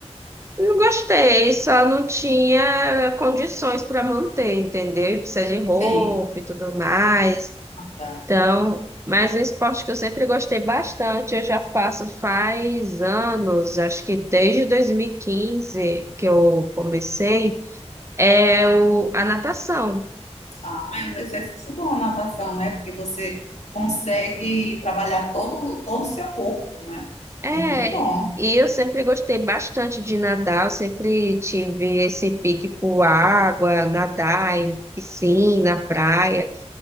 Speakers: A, on the right; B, on the left.
A: Não gostei, só não tinha condições para manter, entendeu? E precisa de roupa
B: sim.
A: e tudo mais.
B: Ah, tá.
A: Então, mas é um esporte que eu sempre gostei bastante, eu já faço faz anos, acho que desde 2015 que eu comecei. É o, a natação.
B: Ah, é um exercício bom a natação, né? Porque você consegue trabalhar todo, todo o seu corpo, né?
A: É,
B: É muito bom.
A: e eu sempre gostei bastante de nadar, eu sempre tive esse pique por água, nadar em piscina, praia.